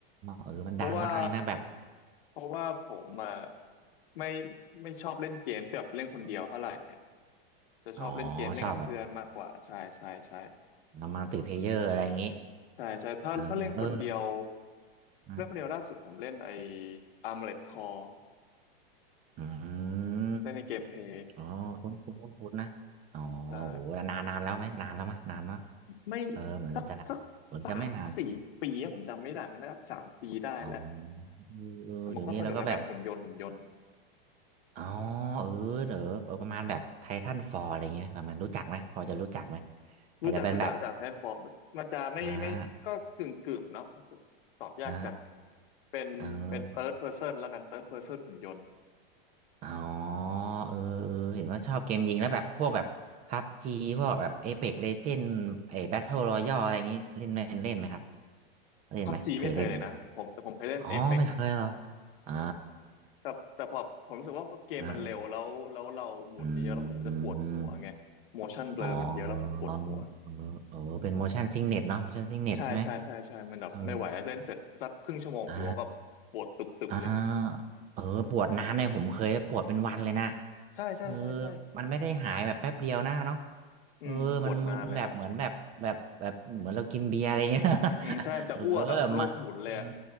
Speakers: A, on the right (about 25°); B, on the left (about 70°).
A: เออมันดังมากเลยนะแบบ
B: เพราะว่าเพราะว่าผมอ่ะไม่ไม่ชอบเล่นเกมแบบเล่นคนเดียวเท่าไหร่เนี่ยจะชอบเล่นเกมเล่นกับเพื่อนมากกว่าใช่ใช่ใช่
A: อ๋อชอบแบบมาติเพลเยอร์อะไรอย่างนี้
B: ใช่ใช่ถ้าถ้าเล่นคนเดียว
A: เออนะ
B: เล่นคนเดียวล่าสุดผมเล่นไอ้ Armored Core
A: อืม
B: เล่นในเกมเพลย์
A: อ๋อคุ้นคุ้นคุ้นคุ้นนะอ๋อโอ้โหแล้วนานนานแล้วไหมนานแล้วมะนานมะ
B: ใช่ไม่
A: เออเหมือนจะนานเหมือนจะไม่นาน
B: สักสักสามสี่ปีอะผมจำไม่ได้มันน่าจะสามปีได้แล้ว
A: อ๋อเออเดี๋ยวนี้แล้วก็แบบ
B: แต่มันก็สนุกนะเป็นหุ่นยนต์หุ่นยนต์
A: อ๋อเออเดี๋ยวเออประมาณแบบไททันฟอร์อะไรเงี้ยประมาณรู้จักไหมพอจะรู้จักไหมอาจจะเป็นแบบ
B: รู้จักรู้จักรู้จักแฮนด์ฟอร์มมันจะไม่ไม่ก็กึ่งกึ่งเนาะมันจะตอบยากจัง
A: อ่าอ่า
B: เป็นเป็นเ
A: อ่าเออ
B: h ิร์ดเพ s o เแนละกันเ h ิร์ดเพ s o เ n นหุ่นยนต์
A: อ๋อเออเออเห็นว่าชอบเกมยิงแล้วแบบพวกแบบพับจีพวกแบบเอเ x กเลเจนด์ไอ้แบทเทิลรอยัลอะไรอย่างงี้เล่นไหมเล่นไหมครับเล่นไหมเคยเล่นไหม
B: พับจีไม่เคยเลยนะผมแต่ผมเคยเล่นเอ
A: อ๋อไม่เคยเหรอ
B: e ปก
A: อ่า
B: แต่แต่พอผมรู้สึกว่าพอเกมมันเร็วแล้วแล้วเราหมุนเยอะๆแล้วผมจะปวดหัวไง
A: อ่าอืม
B: motion blur
A: อ๋อ
B: มันเยอะแล้วผมปวดหัว
A: เออเออเป็น motion sickness เนาะ motion sickness
B: ใช่ใช่ใช่ใช่มันแบบไม่ไหวเล่นเสร็จสักครึ่งชั่วโมงหัวก็ปวดตุบๆเลย
A: ใช่ไหมเอออ่า อ่าเออปวดนานเนี่ยผมเคยปวดเป็นวันเลยนะ
B: ใช่ใช่ใช่ใช่
A: เออมันไม่ได้หายแบบแป๊บเดียวนะเนาะ
B: อืมปวดนานเลยครับ
A: เออมันมึนแบบเหมือนแบบแบบแบบเหมือนเรากินเบียร์อะไรเงี้ย
B: อืมใช่มันจะอ้วกกับโรคหมุนเลยอะ
A: <laughs> เออมาเออ